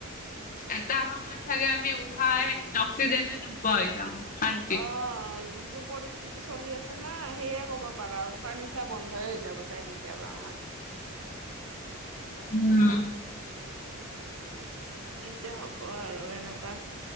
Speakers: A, on the left; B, on the right.
A: এটা সময়ত চাগে আমি উশা, অক্সিজেনে নোপোৱা হৈ যাম। শান্তিত
B: অ', অ', যিটো পৰিস্থিতি চলি আছে না সেয়ে ক'ব পাৰা। শা নিশা বন্ধই হৈ যাব চাগে কেতিয়াবা আমাৰ।
A: উম।
B: কি যে হ'ব আৰু এনেকুৱা